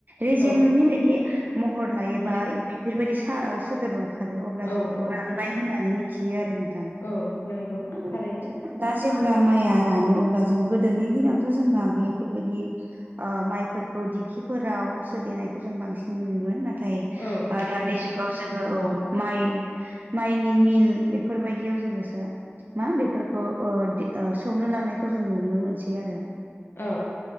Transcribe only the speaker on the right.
रेजेंनि
बायदि महर लायोबा
बेफोरबायदि सा सोदोब ओंखारो अब्ला
जों बेखौ
रान बाय होननानै मिथियो आरो नोंथां
औ
दा जेब्ला माइया रानो अब्ला जों गोदोनि दिनावथ' जोंना बेफोरबायदि अ माइफोरखौ दिगिफोराव सोदेनायखौ जों बांसिन नुयोमोन ना थाय
आ
दानि जुगाव जोङो औ माइ माइनि मिल बेफोरबायदियाव जोङोसो मा बेफोरखौ सौनो लांनायखौ जों नुनो मोनसै आरो